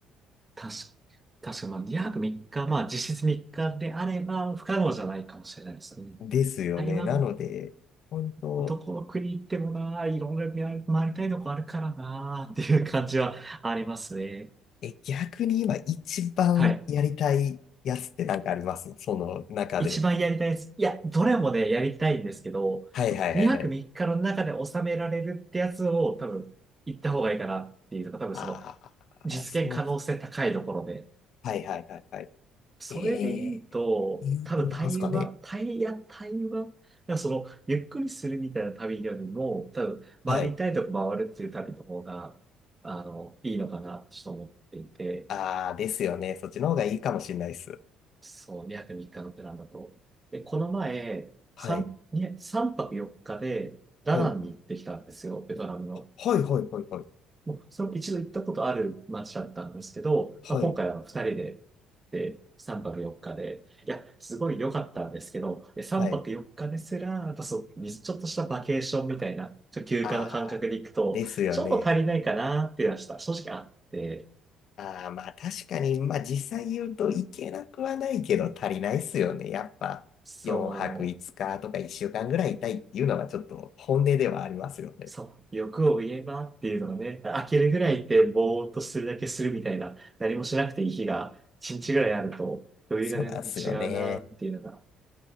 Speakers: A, on the right; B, on the left.
A: 確か、確か、まあ、2泊3日、まあ、実質3日であれば、不可能じゃないかもしれないですね。
B: ですよね。
A: 台湾
B: なので、本当
A: どこの国行ってもないろんな回り回りたいとこあるからなっていう感じはありますね。
B: え、逆に今一番やりたいやつってなんかありますその中で。
A: はい。一番やりたいです。いや、どれもね、やりたいんですけど、
B: はいはいはいはい。
A: 2泊3日の中で収められるってやつを多分行った方がいいかなっていうのが多分その
B: ああ、
A: 実現可能性高いところで
B: そうっす。はいはいはいはい。
A: それで言うと、
B: ええー、言うとなんすかね。
A: 多分対話、対、いや、対話、いやその、ゆっくりするみたいな旅よりも、多分、回りたいとこ回るっていう旅の方が、
B: はい。
A: あの、いいのかな、と思っていて、
B: ああ、ですよね。そっちの方がいいかもしれないです。
A: そう、2泊3日のプランだと。で、この前、
B: はい。
A: 3、に3泊4日で、ダナンに行ってきたんですよ、
B: はい。
A: ベトナムの。
B: はいはいはいはい。
A: もうその一度行ったことある街だったんですけど、
B: はい。
A: まあ、今回は二人で、で、3泊4日で、いや、すごい良かったんですけど、で3泊4日ですら、
B: はい。
A: やっぱそう、ちょっとしたバケーションみたいな、ちょっと休暇の感覚で行くと、
B: ああ、ですよね。
A: ちょっと足りないかなっていうのはした正直あって、
B: ああ、まあ確かに、まあ実際言うといけなくはないけど足りないっすよね。やっぱ4泊5日とか1週間ぐらいいたいっていうのはちょっと本音ではありますよね。
A: そう、そう、欲を言えばっていうのがね、飽きるぐらいって、ぼーっとするだけするみたいな、何もしなくていい日が、1日ぐらいあると、余裕が全然違うなっていうのが、
B: そうなんすよね。